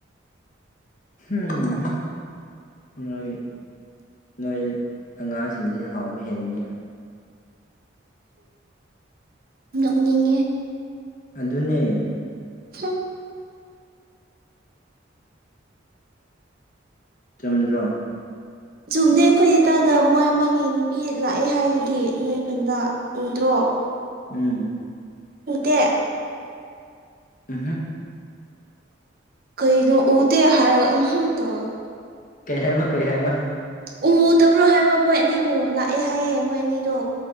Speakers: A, on the left; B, on the right.
A: ꯍꯨꯝ ꯍꯨꯝ ꯅꯣꯏ ꯅꯣꯏ ꯑꯉꯥꯡꯁꯤꯡꯒꯤꯗꯤ ꯍꯥꯎꯕ ꯍꯦꯟꯕꯅꯤꯍꯦ
B: ꯅꯣꯛꯅꯤꯡꯉꯦ
A: ꯑꯗꯨꯅꯦ
B: ꯍꯨꯝ
A: ꯆꯨꯝꯗ꯭ꯔꯣ
B: ꯆꯨꯝꯗꯦ ꯑꯩꯈꯣꯏ ꯏꯇꯥꯒ ꯃꯣꯏ ꯑꯃꯥꯒꯤ ꯅꯨꯄꯤ ꯂꯥꯛꯑꯦ ꯍꯥꯏꯗꯨꯗꯤ ꯅꯣꯏꯐꯨꯟꯗ ꯎꯗ꯭ꯔꯣ
A: ꯎꯝ
B: ꯎꯇꯦ
A: ꯎꯍꯨꯝ
B: ꯀꯩꯅꯣ ꯎꯗꯦ ꯍꯥꯏꯔ ꯎꯍꯨꯝ ꯇꯧꯋꯦ
A: ꯀꯩ ꯍꯥꯏꯕ ꯀꯩ ꯍꯥꯏꯕ
B: ꯎꯗꯕ꯭ꯔꯣ ꯍꯥꯏꯕ ꯃꯣꯏ ꯑꯅꯤꯕꯨ ꯂꯥꯛꯑꯦ ꯍꯥꯏꯌꯦ ꯃꯣꯏ ꯑꯅꯤꯗꯣ